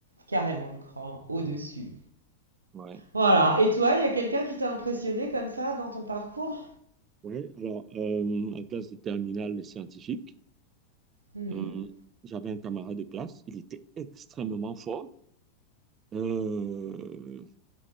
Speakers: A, on the right (about 75°); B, on the right (about 25°).
A: carrément le cran au-dessus.
B: Ouais.
A: Voilà. Et toi, il y a quelqu'un qui t'a impressionné comme ça dans ton parcours?
B: Ouais, alors, euh, en classe de terminale les scientifiques,
A: Mhm.
B: euh, j'avais un camarade de classe, il était extrêmement fort. Euh,